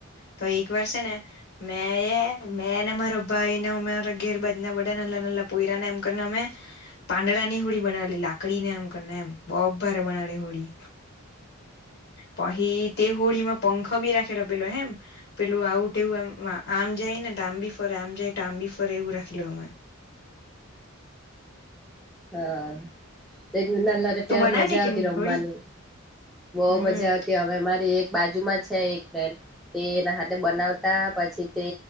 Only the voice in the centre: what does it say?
હા તેજ ને નલા હતા
ત્યારે
મજા આવતી
રમવાની.
બઉુ
મજા આવતી હવે મા તે એક બાજુમાં છે એક ફ્રેન્ડ તે એના હાતે બનાવતા પછી તે